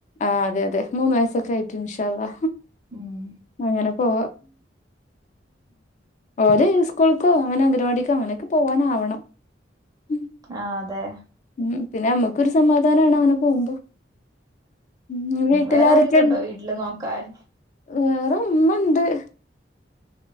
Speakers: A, on the left; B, on the right.
A: ആഹ് അതെ അതെ മൂന്ന് വയസ്സൊക്കെ ആയിട്ടു, ഇൻഷാ അള്ളാ
B: ഉം
A: അങ്ങനെ. ഓ ഓര് ഉസ്കൂൾക്കോ അങ്ങനെ അംഗനവാടിക്കോ അങ്ങനൊക്കെ പോവാനാവണം- മ്-
B: ആ അതെ-
A: ഉം പിന്നെ അമുക്കൊരു സമാധാനാണ് അങ്ങനെ പോകുമ്പോ- ഉം ഇവീട്ടിലാരൊക്കെ
B: വേറെ ആരെങ്കിലും ഉണ്ടോ വീട്ടില് നോക്കാൻ
A: വേറെ - ഉമ്മണ്ട്-